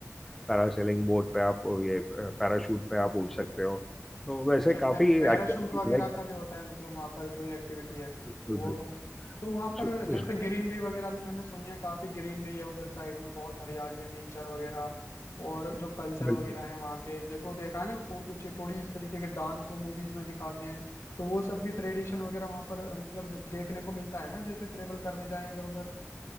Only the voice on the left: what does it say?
अच्छा पै,
पैराशूट
वगैरह
का भी होता है मतलब वहां पर जो ये एक्टिविटी है
वो तो
वहां पर जैसे
ग्रीनरी वगैरह भी मैंने सुनी है काफी ग्रीनरी है उधर साइड में बहुत हरियाली है नेचर वगैरह और जो कल्चर
वगैरह है वहाँ के जैसे वो देखा है ना वो कुचिपुड़ी इस तरीके के डांस वो मूवीज में दिखाते हैं तो वो सब भी ट्रेडिशन वगैरह वहां पर मतलब देखने को मिलता है ना जैसे ट्रेवल करने जाएं अगर उधर